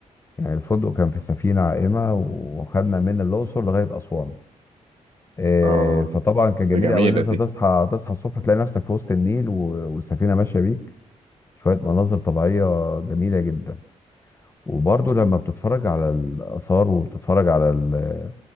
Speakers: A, on the left; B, on the right.
A: يعني الفندق كان في سفينه عائمه وخدنا من الاقصر لغايه اسوان آه،
B: آه
A: فطبعا كان
B: دي
A: جميل
B: جميلة
A: قوي ان انت
B: دي
A: تصحى تصحى الصبح تلاقي نفسك في وسط النيل و- والسفينه ماشيه بيك شويه مناظر طبيعيه جميله جدا وبرضه لما بتتفرج على الاثار وبتتفرج على ال-